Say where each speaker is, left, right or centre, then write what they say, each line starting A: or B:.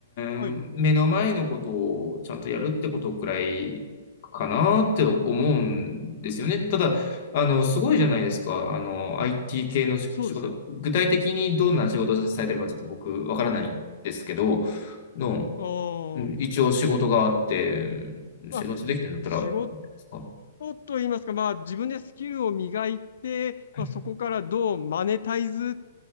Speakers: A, on the left; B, on the left.
A: はい、
B: ん、目の前のことをちゃんとやるってことくらいかなって思うんですよね。ただ、あの、すごいじゃないですか。あの、IT 系の仕仕事、
A: そうです。
B: 具体的にどんな仕事をされてるかちょっと僕わからないんですけど、の、
A: あ
B: うん一応仕事があって、
A: あ、
B: うん生活できてるんだったらいいですか。
A: まあ、仕事とと言いますか、まあ自分でスキルを磨いて、
B: はい。
A: まあ、そこからどうマネタイズ